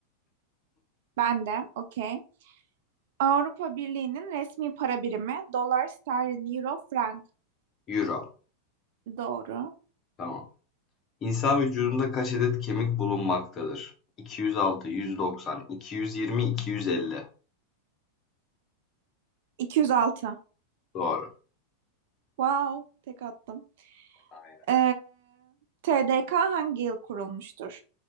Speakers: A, on the right (about 50°); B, on the left (about 30°).
A: Ben de. Okey. Avrupa Birliği'nin resmi para birimi dolar, sterlin, euro, frank.
B: Euro.
A: Doğru.
B: Tamam. İnsan vücudunda kaç adet kemik bulunmaktadır? 206, 190, 220, 250.
A: 206.
B: Doğru.
A: Wow. Tek attım.
B: Aynen.
A: Ee, TDK hangi yıl kurulmuştur?